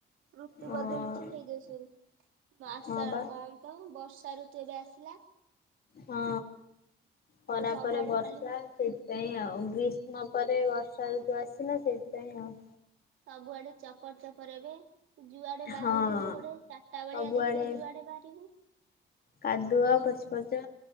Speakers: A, on the right (about 85°); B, on the left (about 50°).
A: ଋତୁ
B: ହଁ
A: ବଦଳୁଛି ସେଇ ଯୋଗୁଁ ସେମିତି ମାସ
B: ହଁ ବା
A: କଣ। ତ ବର୍ଷା ଋତୁ ଏବେ ଆସିଲା।
B: ହଁ ଖରା
A: ଏବେ ସବୁଆଡେ
B: ପରେ ବର୍ଷା
A: ଖାଲି ହୁଁ
B: ସେଥିପାଇଁ ଆଉ ଗ୍ରୀଷ୍। ଗ୍ରୀଷ୍ମ ପରେ ବର୍ଷା ଋତୁ ଆସିଲା ସେଇଥିପାଇଁ ଆଉ।
A: ସବୁଆଡେ ଚପର ଚପର ଏବେ। ଯୁଆଡେ ବାହାରିଥିବୁ
B: ହଁ
A: ଗୋଟେ ଚାରିଟା
B: ସବୁଆଡେ
A: ବେଳିଆ ଦେଖିବୁ ଯୁଆଡେ ବାହାରିବୁ।
B: କାଦୁଅ
A: ସବୁ
B: ପଚ ପଚ